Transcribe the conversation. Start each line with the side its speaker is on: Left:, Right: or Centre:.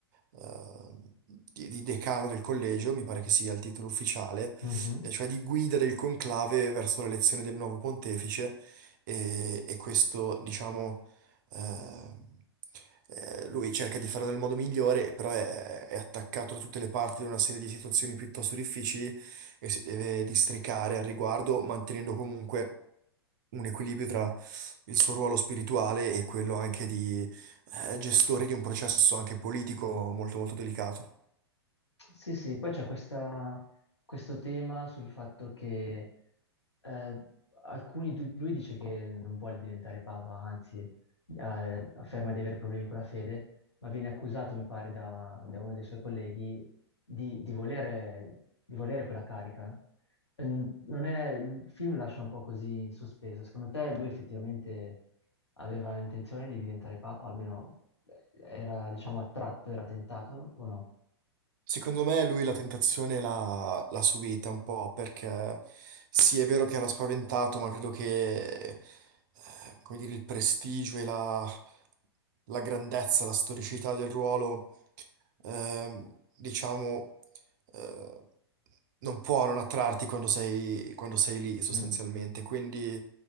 Right: eh, di- di decano del collegio, mi pare che sia il titolo ufficiale,
Left: Mhm.
Right: eh, cioè di guida del conclave verso l'elezione del nuovo pontefice e, e questo, diciamo eh, eh, lui cerca di farlo nel modo migliore, però è, è attaccato da tutte le parti da una serie di situazioni piuttosto difficili e si deve districare al riguardo, mantenendo comunque un equilibrio tra il suo ruolo spirituale e quello anche di eh, gestore di un processo anche politico molto molto delicato.
Left: Sì, sì, poi c'è questa- questo tema sul fatto che eh, alcuni, du- lui dice che non vuole diventare papa, anzi eh, afferma di avere problemi con la fede, ma viene accusato, mi pare, da, da uno dei suoi colleghi di, di volere, di volere quella carica. Eh, Non è, il film lascia un po' così in sospeso. Secondo te lui effettivamente aveva intenzione di diventare papa, almeno eh, era, diciamo, attratto, era tentato o no?
Right: Secondo me lui la tentazione l'ha l'ha subita un po' perché sì, è vero che era spaventato, ma credo che eh, come dire, il prestigio e la, la grandezza, la storicità del ruolo ehm, diciamo, eh, non può non attrarti quando sei, quando sei lì sostanzialmente.
Left: Mm.
Right: Quindi